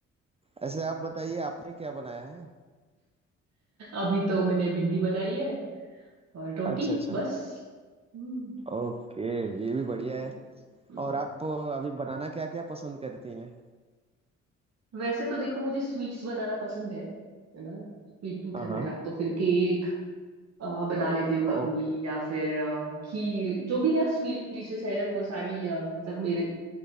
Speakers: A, on the right; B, on the right.
A: ऐसे आप बताइए आपने क्या बनाया है
B: अभी तो मैंने भिंडी बनाई है और रोटी
A: अच्छा अच्छा
B: बस हम्म
A: ओके ये भी बढ़िया
B: हम्म,
A: है
B: हम्म।
A: और आप अ, अभी बनाना क्या क्या पसंद करती हैं
B: वैसे तो देखो मुझे स्वीट्स बनाना पसंद है है ना स्वीट टूथ
A: हाँ
B: है
A: हाँ
B: मेरा तो फिर केक अ, बना लेती हूँ कभी
A: ओके
B: या फिर अ, खीर जो भी ना स्वीट डिशेस है वो सारी अ, मतलब मेरे